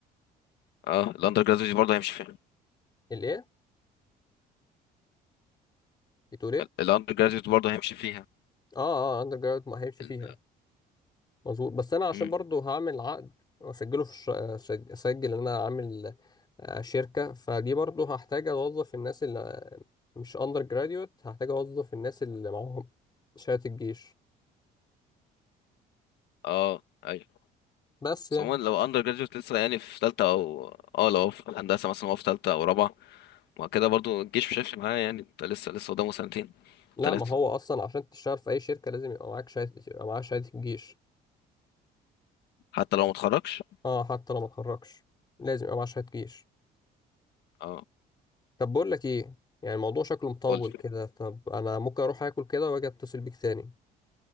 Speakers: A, on the left; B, on the left.
A: اه الاندر جراديوت برضه هيمشي فيها
B: الايه بتقول ايه
A: الاندر جراديوت برضه هيمشي فيها
B: اه اه اندر جراوند ما هيمشي
A: ال...
B: فيها مظبوط بس انا عشان
A: مم.
B: برضو هعمل عقد واسجله في الش... أسج- اسجل ان انا عامل آه، شركه فدي برضو هحتاج اوظف الناس اللي آه، مش اندر جراديوت هحتاج اوظف الناس اللي معاهم شهاده الجيش
A: اه ايوه
B: بس يعني
A: بس عموما لو اندر جراديوت لسه يعني في تالتة او اه لو هو في هندسة مثلا هو في تالتة او رابعة ما كده برضو الجيش مش هيفرق معاه يعني انت لسه لسه قدامه سنتين
B: لا
A: وتلاتة
B: ما هو اصلا عشان تشتغل في اي شركه لازم يبقى معاك شهاده يبقى معاك شهاده الجيش
A: حتى لو متخرجش
B: اه حتى لو ما اتخرجش لازم يبقى معاه شهادة جيش
A: اه
B: طب بقول لك ايه يعني الموضوع شكله مطول
A: قول
B: كده طب انا ممكن اروح اكل كده واجي اتصل بيك تاني